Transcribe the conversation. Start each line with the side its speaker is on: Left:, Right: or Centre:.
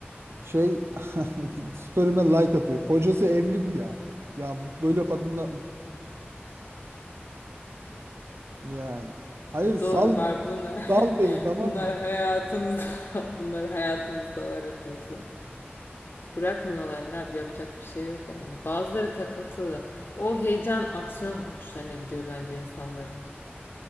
Right: şey <laughs> story'me like atıyor. Kocası evli bu ya. Ya bu- böyle kadınla yani. Hayır sal
Left: Doğru var bunlar. <laughs>
Right: sal beni tamam
Left: Bunlar
Right: mı?
Left: hayatımızda, <laughs> bunlar hayatımızda var hepimizin. Bırakmıyorlar ne yap yapacak bir şey yok yani. Bazıları takıntılı. O heyecan, aksiyon hoşlarına gidiyor bence insanların.